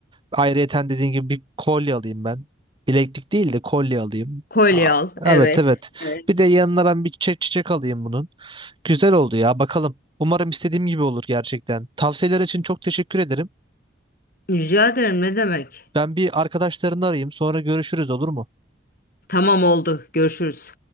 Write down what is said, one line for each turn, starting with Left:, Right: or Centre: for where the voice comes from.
Right: Ayrıyeten dediğin gibi bir kolye alayım ben. Bileklik değil de kolye alayım.
Left: Kolye
Right: Aa,
Left: al.
Right: evet
Left: Evet.
Right: evet.
Left: Evet.
Right: Bir de yanına ben bir çiçek çiçek alayım bunun. Güzel oldu ya bakalım. Umarım istediğim gibi olur gerçekten. Tavsiyeler için çok teşekkür ederim.
Left: Rica ederim ne demek?
Right: Ben bir arkadaşlarını arayayım sonra görüşürüz olur mu?
Left: Tamam oldu. Görüşürüz.